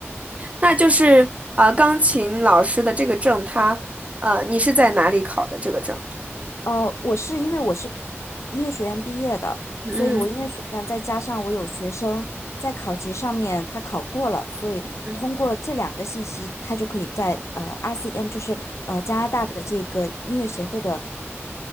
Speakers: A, on the right (about 30°); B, on the left (about 85°).
A: 那就是呃，钢琴老师的这个证，它呃，你是在哪里考的这个证？
B: 哦，我是因为我是音乐学院毕业的，
A: 嗯
B: 所以我音乐学院再加上我有学生在考级上面他考过了，所以通过这两个信息，
A: 嗯。
B: 他就可以在呃 RCM 就是呃加拿大的这个音乐协会的